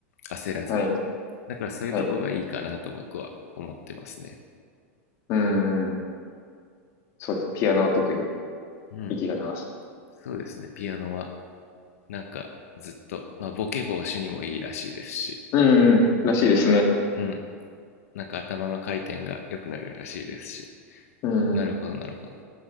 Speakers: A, on the left; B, on the left.
A: 焦らずに。
B: はい。
A: だからそういうとこがいいかなと僕は思ってますね。
B: はい。うん。そうです。ピアノは特に
A: うん、うん、
B: 息が長そ
A: そうですね。ピアノはなんかずっと、まあ、ボケ防止にもいいらしいですし、
B: う。うん。らしいですね。
A: うん、うん、なんか頭の回転が良くなるらしいですし、
B: うん。
A: なるほど、なるほど。